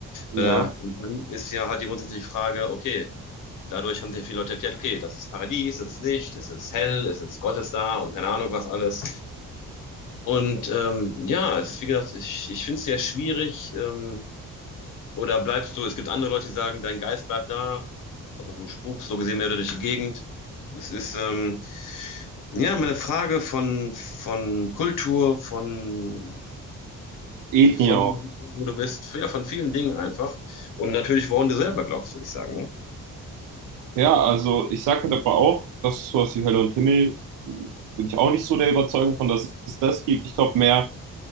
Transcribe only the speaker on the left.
Äh, und dann ist ja halt die grundsätzliche Frage, okay, dadurch haben sehr viele Leute erklärt, okay, das ist Paradies, das ist Licht, es ist hell, es ist Gott ist da und keine Ahnung was alles. Und ähm, ja, es ist wie gesagt, ich, ich finde es sehr schwierig, ähm, oder bleibst du, es gibt andere Leute, die sagen, dein Geist bleibt da, also du spukst so gesehen mehr durch die Gegend. Es ist ähm, ja meine Frage von, von Kultur, von,
von
wo du bist, ja, von vielen Dingen einfach. Und natürlich, woran du selber glaubst, würde ich sagen.